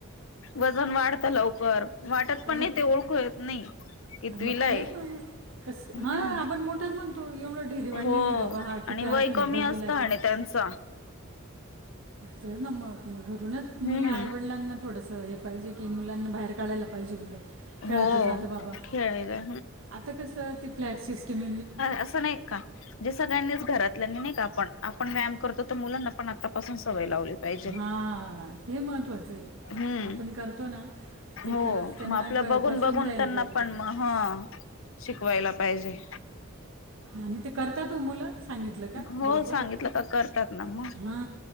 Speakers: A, on the left (about 75°); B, on the right (about 75°).
A: वजन वाढत लवकर. वाटत
B: हा
A: पण
B: मग
A: नाही. ते ओळखू येत नाही. कितवीला
B: मग
A: आहे
B: तेच बाबा कस,
A: हम्म
B: हा आपण मोठंच म्हणतो. एवढं ढेरी वाढलेली
A: हो
B: बाबा हा किती
A: आणि
B: आठवण
A: वय कमी
B: दहावीला
A: असतं
B: आहे का काय
A: त्यांच.
B: तेच ना मग, घरूनच मुलं
A: हम्म
B: आई-वडिलांना थोडस हे पाहिजे. की मुलांना बाहेर काढायला पाहिजे, खेळात
A: हो
B: जात बाबा,
A: खेळायला
B: आता कसं ते फ्लॅट सिस्टम.
A: अस नाही का. सगळ्यांनीच घरातल्या नाही का आपण, आपण व्यायाम करतो तर मुलांना पण आतापासून सवय लावली. पाहिजे
B: हा हे महत्वाचं आहे.
A: हम्म
B: आपण करतो ना. ते
A: हो
B: खरंच त्यांना
A: मग आपलं
B: क
A: बघून-बघून
B: बसून द्यायला
A: त्यांना
B: पाहिजे
A: पण
B: तेवढं
A: मग ह शिकवाय लायला पाहिजे.
B: आणि ते करतात ओ मुलं, सांगितलं का
A: हो
B: बरोबर
A: सांगितलं का करतात ना मग
B: हा.